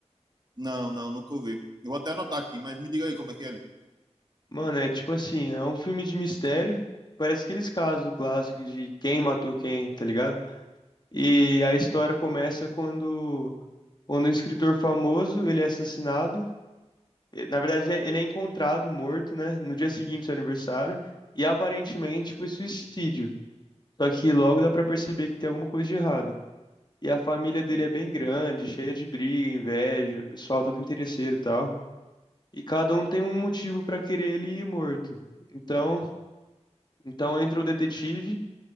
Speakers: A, on the right; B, on the left.
A: Não, não, nunca ouvi. Eu vou até anotar aqui, mas me diga aí como é que é ali.
B: Mano, é tipo assim, é um filme de mistério. Parece aqueles casos clássicos de quem matou quem, tá ligado? E
A: Sim,
B: a história começa quando, quando um escritor famoso, ele é assassinado. E, Na verdade, ele é ele é encontrado morto, né? No dia seguinte do seu aniversário. E aparentemente
A: sim,
B: foi suicídio. Só que logo dá pra perceber que tem alguma coisa de errado. E a família dele
A: sim.
B: é bem grande, cheia de briga, inveja, pessoal todo interesseiro e tal. E cada um tem um motivo pra querer ele ir morto. Então, então entra o detetive,